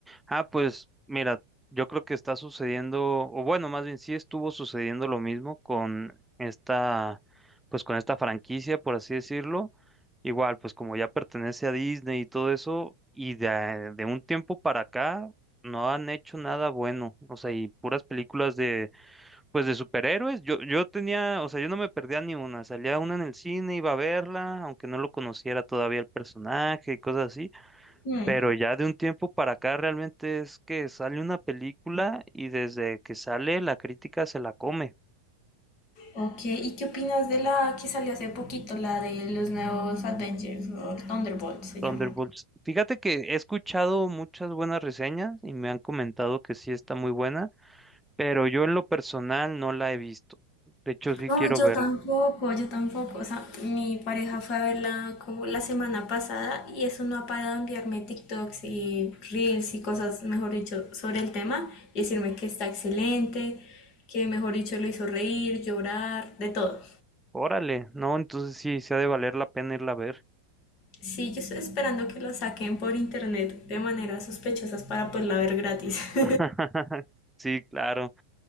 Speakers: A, in the centre; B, on the left (about 45°).
A: ah, pues mira, yo creo que está sucediendo, o bueno, más bien sí estuvo sucediendo lo mismo con esta, pues con esta franquicia, por así decirlo. Igual, pues como ya pertenece a Disney y todo eso, y de, de un tiempo para acá no han hecho nada bueno, o sea, y puras películas de, pues de superhéroes. Yo, yo tenía, o sea, yo no me perdía ni una, salía una en el cine, iba a verla, aunque no lo conociera todavía el personaje y cosas así.
B: Mm.
A: Pero ya de un tiempo para acá realmente es que sale una película y desde que sale la crítica se la come.
B: Ok, ¿y qué opinas de la que salió hace poquito, la de los nuevos Avengers, o Thunderbolts se
A: Thunderbolts.
B: llaman?
A: Fíjate que he escuchado muchas buenas reseñas y me han comentado que sí está muy buena, pero yo en lo personal no la he visto. De hecho, sí
B: No,
A: quiero
B: yo
A: verla.
B: tampoco, yo tampoco. O sea, mi pareja fue a verla como la semana pasada y eso no ha parado de enviarme TikToks y Reels y cosas, mejor dicho, sobre el tema y decirme que está excelente, que mejor dicho lo hizo reír, llorar, de todo.
A: Órale, no, entonces sí, se ha de valer la pena irla a ver.
B: Sí, yo estoy esperando que lo saquen por internet de maneras sospechosas para poderla ver gratis. <laughs>
A: <laughs> Sí, claro.